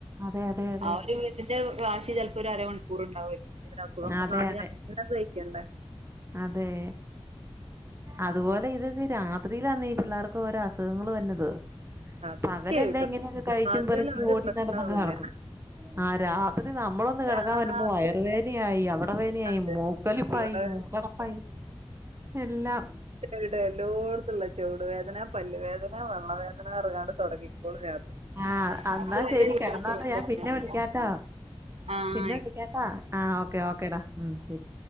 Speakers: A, on the right; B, on the right.
A: അതെ അതെ അതെ
B: ആഹ് ഒരു വീട്ട്ന്റെ വാശി ചെൽപ്പോ ഒര് അര മണിക്കൂർ ഇണ്ടാവൊയ്ക്കും. പക്ഷെ ഒരസുഖം വന്ന
A: അതെ
B: അ
A: അതെ
B: ഷണം കഴിക്കണ്ടേ.
A: അതെ അതുപോലെ ഇത് രാത്രിയിലാന്നേ ഈ പിള്ളേർക്ക് ഓരോ അസുഖങ്ങള് വര്ന്നത്
B: സത്യായിട്ടും
A: പകലല്ലാംങ്ങനെയൊക്കെ കഴിച്ചും
B: പകല്
A: പെറുക്കി
B: ഒരു
A: ഓടി
B: പ്രശ്നവുമില്ല
A: നടന്നൊക്കെ നടക്കും ആ രാ ത്രി നമ്മളൊന്ന് കെടക്കാൻ
B: രാത്രി
A: വരുമ്പോ വയറ് വേനയായി അവിടെ വേനയായി
B: വരെ
A: മൂക്കലിപ്പായി
B: ഇവിടെ
A: പൈ എല്ലാം.
B: ട്ട എല്ലോട്ത്തുംള്ള ചൗടു വേദന പല്ലുവേദന പള്ള വേദന അർഞ്ഞ് ങ്ങാണ്ട് തൊട്ങ്ങിക്കോളും രാത്രി
A: ആഹ് അന്നാ
B: അത് വരെ
A: ശെരി
B: കുട്ടികൾക്ക്
A: കെടന്നോട്ടെ
B: ഒരു പ്രശ്നവുമില്ല
A: ഞാൻ പിന്നെ വിളിക്കാട്ടോ
B: ആഹ്
A: പിന്നെ വിളിക്കാട്ടാ ആ ഓക്കെ ഓക്കേടാ ഉം ശെരി